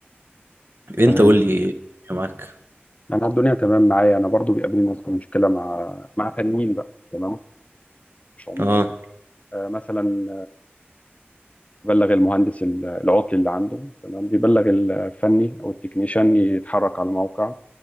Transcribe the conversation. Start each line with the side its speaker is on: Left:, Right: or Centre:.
Right: انت
Left: تمام
Right: قول لي إيه معاك
Left: انا الدنيا تمام معايا انا برضو بيقابلني نفس المشكله مع مع فنيين بقى تمام مش عمال
Right: اه
Left: آه مثلا بلغ المهندس العطل اللي عنده تمام بيبلغ الفني او التكنيشن يتحرك على الموقع